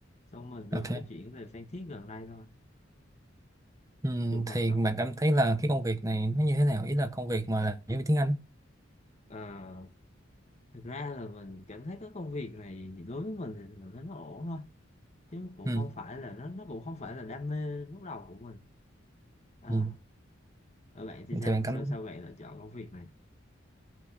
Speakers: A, on the left; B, on the right.
A: Xong mình vừa
B: Ok.
A: mới chuyển về Phan Thiết gần đây thôi.
B: Ừm,
A: Trùng hợp
B: thì
A: thật.
B: bạn cảm thấy là cái công việc này nó như thế nào? Ý là công việc mà là giáo viên tiếng Anh.
A: À, thực ra là mình cảm thấy cái công việc này đối với mình thì mình thấy nó ổn thôi chứ cũng
B: Ừ.
A: không phải là nó nó cũng không phải là đam mê lúc đầu của mình à
B: Ừ.
A: ở bạn thì sao
B: Thì bạn cảm
A: sao sao bạn lại chọn công việc này